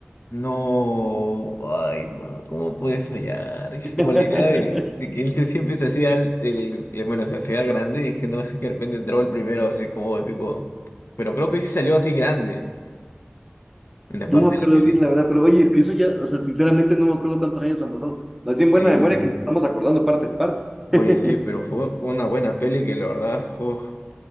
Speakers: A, on the left; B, in the centre.
A: No, ay, no, ¿cómo puede fallar? Es
B: <laughs>
A: que Como la idea de, de que él se, siempre se hacía, al- el, el- bueno, se hacía grande, y dije, no, es que de repente entraba el primero, así como épico. Pero creo que sí salió así grande en la
B: No
A: parte
B: me acuerdo
A: de la
B: bien,
A: pelea.
B: la verdad, pero oye, es que eso ya, o sea, sinceramente no me acuerdo cuántos años han pasado. Más bien buena
A: Sí,
B: memoria que nos estamos acordando partes, partes.
A: oye,
B: <laughs>
A: sí, pero fue una buena peli que la verdad, uf.